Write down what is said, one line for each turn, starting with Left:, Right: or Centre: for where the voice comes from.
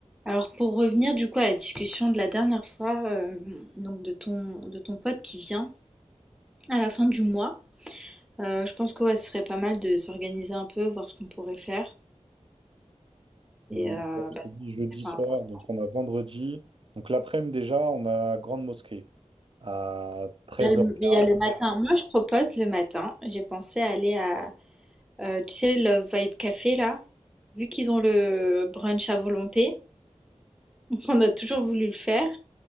Centre: Alors pour revenir du coup à la discussion de la dernière fois, euh, donc de ton, de ton pote qui vient à la fin du mois, euh, je pense que ouais, ce serait pas mal de s'organiser un peu, voir ce qu'on pourrait faire
Right: Donc,
Centre: et euh,
Right: je
Centre: bah,
Right: t'ai
Centre: s'organiser
Right: dit jeudi
Centre: par
Right: soir,
Centre: rapport
Right: donc
Centre: à-
Right: on a vendredi. Donc l'après-midi déjà, on a Grande Mosquée à 13h15.
Centre: Il y a le il y a le matin. Moi, je propose le matin. J'ai pensé à aller à, euh, tu sais, Love Vibe Café là, vu qu'ils ont le brunch à volonté, <laughs> on a toujours voulu le faire.